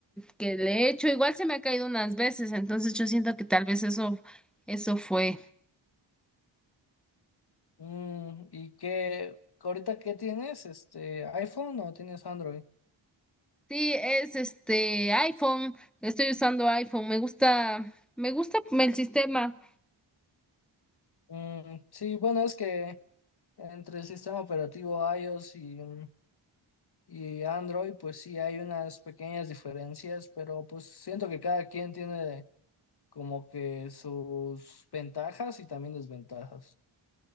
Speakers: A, in the centre; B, on the left.
A: que le he hecho. Igual se me ha caído unas veces, entonces yo siento que tal vez eso, eso fue.
B: Mm, ¿y qué, ahorita qué tienes? Este, ¿iPhone o tienes Android?
A: Sí, es este iPhone. Estoy usando iPhone. Me gusta, me gusta el sistema.
B: Mm, sí, bueno, es que entre el sistema operativo iOS y mm, Y Android, pues sí, hay unas pequeñas diferencias, pero pues siento que cada quien tiene como que sus ventajas y también desventajas.